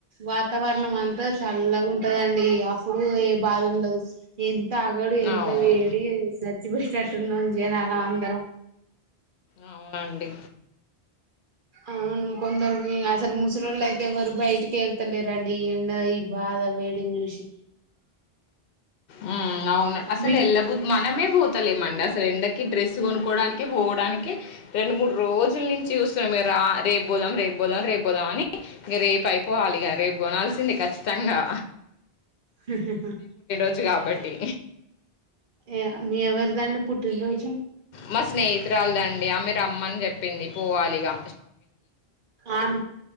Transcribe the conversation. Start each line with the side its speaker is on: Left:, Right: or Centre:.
Right: వాతావరణం అంతా చల్లగా ఉంటదండి అప్పుడు ఏ బాధ ఉండదు ఏం తగడు ఎంత
Left: అవును
Right: వే చచ్చిపోయేటట్టున్నాం జనాలో అందరం
Left: అవునండి
Right: అవును కొందరు మీ అస్సలు ముసలోళ్ళయితే ఎవరు బయటికి ఎళ్తలేరండి ఈ ఎండ ఈ బాగా వేడిని చూసి
Left: ఉ అవును అస్సలు
Right: మీకు
Left: ఎల్ల బు మనమే పో త లేమండి అసలు ఎండకి డ్రెస్ కొనుకోవడానికి పోవడానికి రెండు మూడు రోజులు నుంచి చూస్తున్నాం రేపు పోదాం రేపు పోదాం రేపు పోదాం అని ఇంగ రేపు పోవాలిగా రేపు కొనాల్సింది కచ్చి తంగా
Right: హు హు హు
Left: రోజు కాబట్టి
Right: ఏ మీ ఎవరిదండి పుట్టినరోజు
Left: మా స్నేహితురాలుదండి ఆమే రమ్మని చెప్ పింది పోవాలిగా
Right: ఆమ్